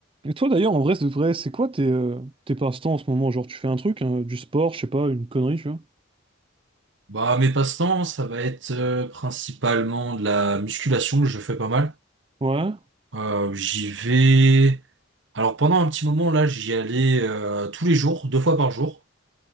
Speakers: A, on the right; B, on the right.
A: Et toi d'ailleurs, en vrai, c'est vrai, c'est quoi tes, euh, tes passe-temps en ce moment? Genre, tu fais un truc, hein, du sport, je sais pas, une connerie, tu vois?
B: Bah, mes passe-temps, ça va être euh, principalement de la musculation que je fais pas mal.
A: Ouais,
B: Euh, j'y vais. Alors pendant un petit moment là, j'y allais euh, tous les jours, deux fois par jour.